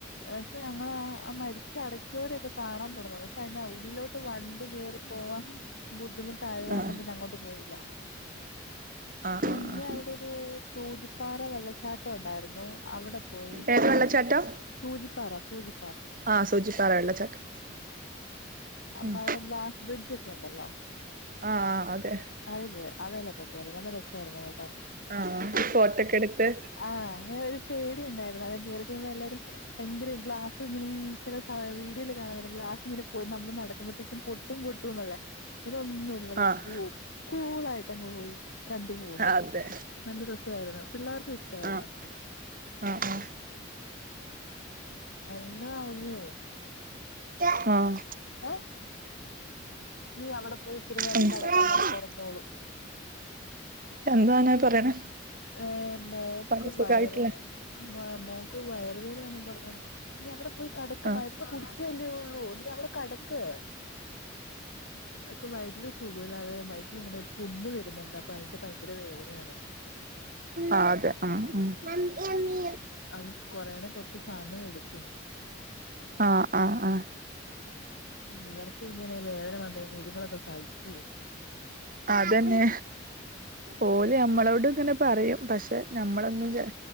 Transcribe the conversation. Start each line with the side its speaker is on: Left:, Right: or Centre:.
Left: പക്ഷെ ഞങ്ങ ആ മരിച്ച അടക്കിയരൊക്കെ കാണാൻ പോണന്നു പറഞ്ഞു പക്ഷെ അതിന്റെ ഉള്ളിലോട്ട് ട്ട് വണ്ടി കേറി പോവാൻ ബുദ്ധിമുട്ടായത് കാരണം
Right: ആഹ്
Left: പിന്നെ അങ്ങോട്ട് പോയില്ല
Right: ആഹ് ആഹ്
Left: പിന്നെ
Right: ആഹ്
Left: അവിടൊരു സൂചിപ്പാറ വെള്ളച്ചാട്ടം ഉണ്ടായിരുന്നു അവിടെ പോയി
Right: ത് വെള്ള ചാട്ടോം
Left: സൂജിപറാ സൂജി
Right: ആ സൂചിപ്പറാ വെള്ളച്ചാട്ടം
Left: അപ്പൊ
Right: ഉം
Left: അവിടെ ഗ്ലാസ് ബ്രിഡ്ജ് ഒക്കെ ഉണ്ടല്ലോ
Right: ആഹ് ആഹ് അതെ
Left: അത് കേ അതെലൊക്കെ കേറി നല്ല രസമായിരുന്നു കേട്ടോ
Right: ആഹ് ഫോട്ടോക്കെ എടുത്ത്
Left: ആ ഒരു പേടിയ ഉണ്ടായിരുന്നു അതെ കേറി കഴിയുംപോ എല്ലാരും ഭയങ്കര ഗ്ലാസ് ഇങ്ങനെ ചില വീഡിയോൽ കാണാൻ പറ്റും ഗ്ലാസ് ഇങ്ങനെ നമ്മള് നടക്കുമ്പോഴത്തേക്കും പൊട്ടും പൊട്ടുംന്നുള്ളേ ഇതൊന്നും നല്ല
Right: ആഹ്
Left: കു കൂളായിട്ടങ്ങ് പോയി കണ്ടു പോന്നു
Right: അതെ
Left: നല്ല രസായിരുന്നു പിള്ളേർക്കും ഇഷ്ടായിരുന്നു
Right: ആഹ് ആഹ്
Left: എന്നാ ഇഞ്ഞിയേ
Right: ആഹ്
Left: ഏഹ് നീ അവിടെ പോയി ഇച്ചിരി നേരം
Right: ഉം
Left: കിടക്കാൻന്നേരം കുറഞ്ഞോളൂം
Right: എന്താനാ പറയണേ
Left: ഏഹ് മോക്ക്
Right: പനി സുഖായിട്ടില്ലേ
Left: വയറ് വേ മോക്ക് വയറ് വേദനാണ് പറഞ്ഞോണ്ട് നി അവിടെ പോയി കെടക്ക്
Right: ആ
Left: മരുന്ന് കുടിച്ച് ചെല്ലെയുള്ളൂ നീ അവടെ കെടക്ക്
Right: ഉം
Left: എക്ക് വയറ്റില് സുഖോല്ല അതെ വയറ്റിലിങ്ങനെ ഒരു പുണ്ണ് വര്ന്നിണ്ട് അപ്പ അയിന്റെ ഭയങ്കര വേദനയാണോ.
Right: ആഹ് അതെ മ് മ്
Left: അത് കൊറയെണേ കൊറച്ച് സമയം എടുക്കും.
Right: ആഹ് ആഹ് ആഹ്
Left: ഇവർക്ക് ഇങ്ങനെ വേദന വന്നഴിഞ്ഞ ഇതുങ്ങളൊക്കെ സഹിച്ചുവോ.
Right: അതന്നെ. ഓല് ഞമ്മളോട് ഇങ്ങനെ പറയും പക്ഷേ ഞമ്മളൊന്നും ചെ